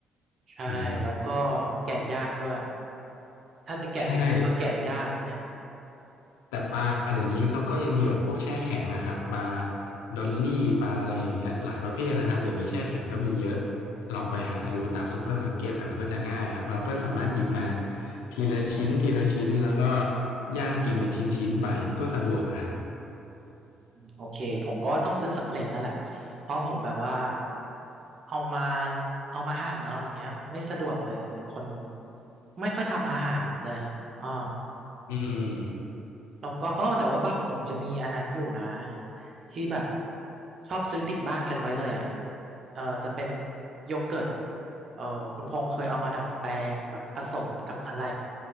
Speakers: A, on the right; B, on the left.
A: ใช่แล้วก็
B: อืม
A: แกะยากด้วยถ้าจะแกะจริงๆก็แกะยากแล้วเนี่ย
B: ใช่ แต่ปลาเดี๋ยวนี้เขาก็ยังมีแบบพวกแช่แข็งนะครับปลา
A: อื
B: ดอลลี่ปลาอะไรอย่างเงี้ยหลายประเภทนะครับเดี๋ยวนี้แช่แข็งก็มีเยอะ
A: ม
B: ลองไปหาดูตามซูเปอร์มาร์เก็ตนะมันก็จะง่ายครับเราก็สามารถหยิบมาทีละชิ้นทีละชิ้นแล้วก็ย่างกินเป็นชิ้นๆไปมันก็สะดวกนะครับ
A: โอเคผมก็ต้องซื้อสำเร็จนั่นแหละเพราะผมแบบว่าเอามาเอามาหั่นเอาอย่างเงี้ยไม่สะดวกเลยเป็นคนไม่ค่อยทำอาหารเลยอ่า
B: อืม
A: แล้วก็เออแต่ว่าบ้านผมจะมีอันนั้นอยู่นะที่แบบชอบซื้อติดบ้านกันไว้เลยอ่ะเออจะเป็นโยเกิร์ตเออคุณพงษ์เคยเอามาดัดแปลงแบบผสมกับอะไร